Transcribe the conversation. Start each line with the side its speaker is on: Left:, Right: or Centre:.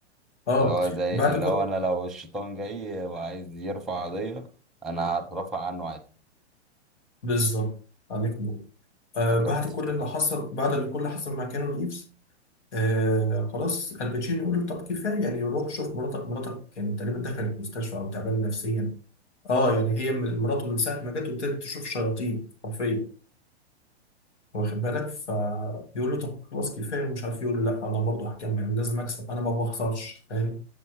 Left: آه
Centre: اللي هو زي
Left: بعد
Centre: اللي
Left: كل
Centre: هو انا لو الشيطان جاي وعايز يرفع قضية انا هترفع عنه عادي
Left: بالظبط عليك نور آه
Centre: افتكرت
Left: بعد كل
Centre: افتكرت
Left: اللي حصل بعد اللي كل اللي حصل مع كانو ريفز آه خلاص الباتشينو يقول له طب كفايه يعني روح شوف مراتك مراتك يعني تقريبا دخلت مستشفى او تعبانه نفسيا اه يعني هي من- مراته من ساعه ما جت وابتدت تشوف شياطين حرفيا واخد بالك فيقول له طب خلاص كفايه ومش عارف إيه. يقول له لا انا برضه هكمل لازم اكسب انا ما بخسرش فاهم